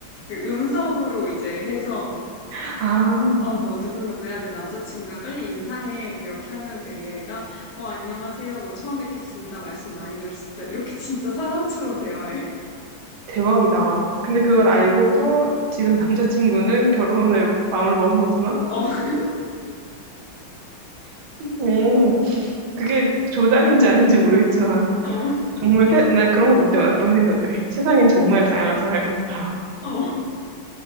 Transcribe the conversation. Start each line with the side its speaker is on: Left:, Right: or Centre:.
Left: 그 음성으로 이제 해서
Right: <laughs> 아.
Left: 어, 뭐, 누구누구야, 내 남자친구야, 빨리 인사해. 이렇게 하면 그 AI가, 어, 안녕하세요, 뭐, 처음 뵙겠습니다. 말씀 많이 들었습니다. 이렇게 <laughs> 진짜 사람처럼 대화해.
Right: 대박이다. 근데 그걸 알고도 지금 <laughs> 남자친구는 결혼을 마음을 먹은 거잖아?
Left: 어, <laughs>
Right: 음, 그게 조작인지 아닌지 모르겠지만,
Left: 어,
Right: 정말 세, 나 그런 거 볼 때마다 그런 생각을 해. 세상엔 정말 다양한 사람이 많다.
Left: 어,